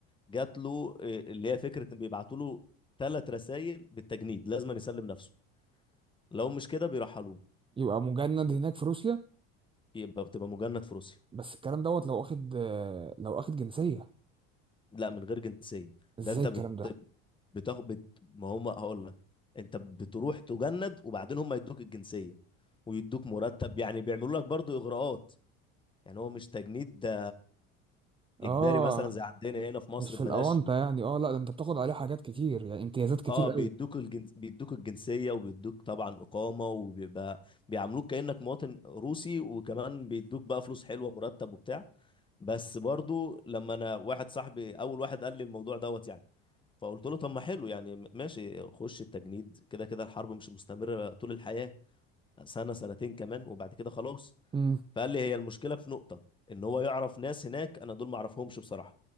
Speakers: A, on the left; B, on the right.
A: جات له إيه، اللي هي فكره ان بيبعتوا له ثلاث رسائل بالتجنيد لازم يسلم نفسه لو مش كده بيرحلوه
B: يبقى مجند هناك في روسيا
A: يبقى بتبقى مجند في روسيا
B: بس الكلام دوت لو واخد لو واخد جنسية
A: لا من غير جنسيه
B: ازاي
A: ده انت
B: الكلام
A: بت...
B: ده
A: بتاخد بت... ما هم هقول لك انت بتروح تجند وبعدين هم يدوك الجنسيه ويدوك مرتب يعني بيعملوا لك برضو اغراءات يعني هو مش تجنيد ده
B: اه
A: اجباري مثلا زي عندنا هنا في مصر
B: مش
A: ببلاش
B: في الاونطه يعني اه لا ده انت بتاخد عليه حاجات كتير يعني امتيازات كتير
A: اه بيدوك
B: قوي
A: الجنس بيدوك الجنسيه وبيدوك طبعا اقامه وبيبقى بيعاملوك كانك مواطن روسي وكمان بيدوك بقى فلوس حلوه مرتب وبتاع بس برضو لما انا واحد صاحبي اول واحد قال لي الموضوع دوت يعني فقلت له طب ما حلو يعني م- ماشي خش التجنيد كده كده الحرب مش مستمره طول الحياه سنه سنتين كمان وبعد كده خلاص
B: امم
A: فقال لي هي المشكله في نقطه ان هو يعرف ناس هناك انا دول ما اعرفهمش بصراحه